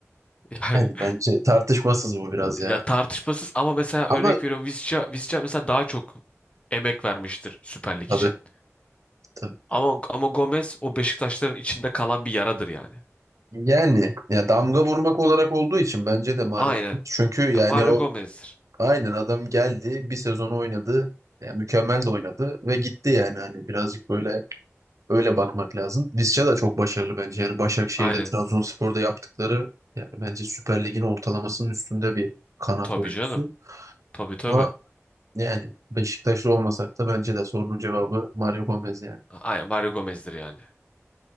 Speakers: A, on the left (about 25°); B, on the right (about 85°).
A: <laughs> Yani
B: Yani bence tartışmasız bu biraz
A: ya
B: ya.
A: tartışmasız ama mesela
B: Ama
A: örnek veriyorum Visca, Visca mesela daha çok emek vermiştir Süper Lig
B: tabii
A: için.
B: tabii.
A: Ama ama Gomez o Beşiktaşların içinde kalan bir yaradır yani.
B: Yani ya damga vurmak olarak olduğu için bence de Mario.
A: Aynen.
B: Gomez. Çünkü yani
A: Ya Mario
B: o
A: Gomez'dir.
B: aynen adam geldi bir sezon oynadı. Yani mükemmel de oynadı ve gitti yani hani birazcık böyle öyle bakmak lazım. Visca da çok başarılı bence. Yani Başakşehir'de,
A: Aynen.
B: Trabzonspor'da yaptıkları yani bence Süper Lig'in ortalamasının üstünde bir kanat
A: Tabii
B: oyuncusu.
A: canım. Tabii tabii.
B: Ama Yani Beşiktaşlı olmasak da bence de sorunun cevabı Mario Gomez yani.
A: Aynen Mario Gomez'dir yani.